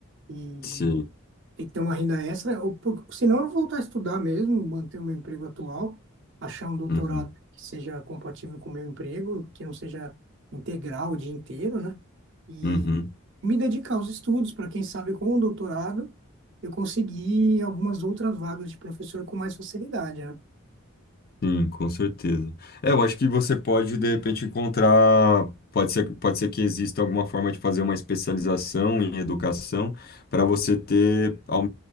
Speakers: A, on the right; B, on the left.
A: e
B: sim,
A: e tem que ter uma renda extra, ou por, senão eu vou voltar a estudar mesmo, manter o meu emprego atual, achar um doutorado
B: uhum,
A: que seja compatível com o meu emprego, que não seja integral o dia inteiro, né? E
B: uhum.
A: me dedicar aos estudos, para quem sabe com o doutorado eu conseguir algumas outras vagas de professor com mais facilidade, né?
B: Sim, com certeza. É, eu acho que você pode, de repente, encontrar. Pode ser, pode ser que exista alguma forma de fazer uma especialização em educação para você ter, ao-